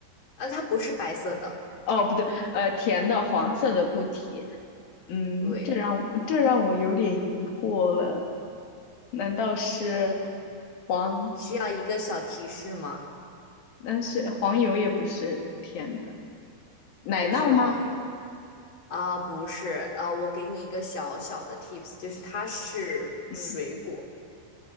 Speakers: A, on the left (about 30°); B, on the left (about 60°).
A: 啊，它不是白色的，
B: 哦，不对，呃，甜的黄色的固体，嗯，
A: 对，
B: 这让我这让我有点疑惑了，难道是黄？
A: 需要一个小提示吗？
B: 那是黄油也不是甜的，奶酪吗？
A: 不是黄油啊，不是啊，我给你一个小小的 tips，就是它是水果，
B: 嗯，